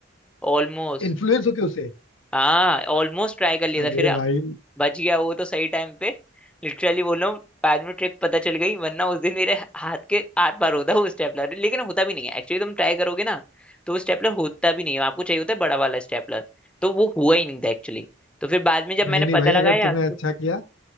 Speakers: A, in the centre; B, on the left (about 80°).
A: ऑलमोस्ट
B: इन्फ्लुएंस हो के उसे
A: हाँ ऑलमोस्ट ट्राई कर लिया
B: अरे
A: था फिर अक-
B: भाई
A: बच गया वो तो सही टाइम पे लिटरली बोल रहा हूँ बाद में ट्रिक पता चल गई वरना उस दिन मेरे हाथ के आर पार होता वो स्टेपलर लेकिन होता भी नहीं है एक्चुअली तुम ट्राई करोगे ना तो वो स्टेपलर होता भी नहीं है आपको चाहिए होता है बड़ा वाला स्टेपलर तो वो हुआ ही नहीं था एक्चुअली तो फिर बाद में जब मैंने
B: नहीं नहीं
A: पता
B: भाई अगर
A: लगाया
B: तुमने
A: तो
B: अच्छा किया